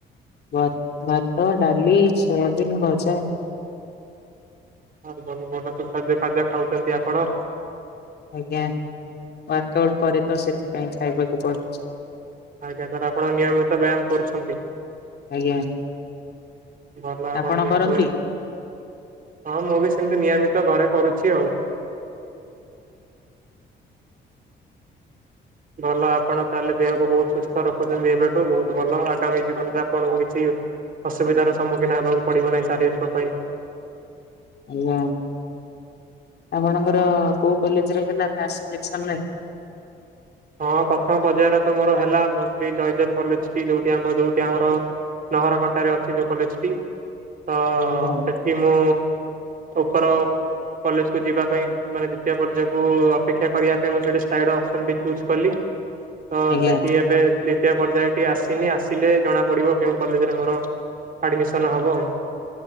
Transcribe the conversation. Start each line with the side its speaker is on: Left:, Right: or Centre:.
Left: ଭ ଭାତ ଡାଲି ସୋୟାବିନ ଭଜା।
Right: ହଁ ଭ ଭଲ ଖାଦ୍ୟ ଖାଦ୍ୟ ଖାଉଛନ୍ତି ଆପଣ।
Left: ଆଜ୍ଞା ୱାର୍କ ଆଉଟ୍ କରେ ତ ସେଥିପାଇଁ ଖାଇବାକୁ ପଡୁଛି।
Right: ଆଜ୍ଞା ସାର୍ ଆପଣ ନିୟମିତ ବ୍ୟାୟାମ କରୁଛନ୍ତି?
Left: ଆଜ୍ଞା
Right: ଭଲ
Left: ଆପଣ
Right: ଯେହେତୁ
Left: କରନ୍ତି?
Right: ହଁ ମୁଁ ବି ସେମିତି ନିୟମିତ ଘରେ କରୁଛି ଆଉ। ଭଲ ଆପଣ ତାହେଲେ ଦେହକୁ ବହୁତ ସୁସ୍ଥ ରଖୁଛନ୍ତି ଏବେଠୁ ବହୁତ ଭଲ ଆଗାମୀ ଜୀବନରେ ଆପଣଙ୍କୁ କିଛି ଅସୁବିଧାର ସମ୍ମୁଖୀନ ହେବାକୁ ପଡିବ ନାହିଁ ଶାରୀରିକ ପାଇଁ।
Left: ଆଜ୍ଞା ଆପଣଙ୍କର କୋଉ କଲେଜରେ ହେଲା ଫାଷ୍ଟ ସିଲେକ୍ସନରେ?
Right: ହଁ ପ୍ରଥମ ପର୍ଯ୍ୟାୟରେ ତ ମୋର ହେଲା ମୁଁ ଶ୍ରୀ ଜୟଦେବ କଲେଜ ଯୋଉଠି ଆମର ଯୋଉଠି ଆମର ଲହର କଣ୍ଟାରେ ଅଛି ଯୋଉ କଲେଜ ଟି ତ
Left: ଆଜ୍ଞା
Right: ସେ କି ମୋ ଉପର କଲେଜ କୁ ଯିବା ପାଇଁ ମାନେ ଦ୍ୱିତୀୟ ପର୍ଯ୍ୟାୟକୁ ଅପେକ୍ଷା କରିବା ପାଇଁ ମୁଁ ସେଠି ସ୍ଲାଇଡ ଅପ୍ସନ୍ ଚୁଜ କଲି ତ
Left: ଆଜ୍ଞା
Right: ସେଠି ଏବେ ଦ୍ୱିତୀୟ ପର୍ଯ୍ୟାୟ ଟି ଆସିନି ଆସିଲେ ଜଣା ପଡିବ କେଉଁ କଲେଜରେ ମୋର ଆଡମିସନ ହବ ଆଉ।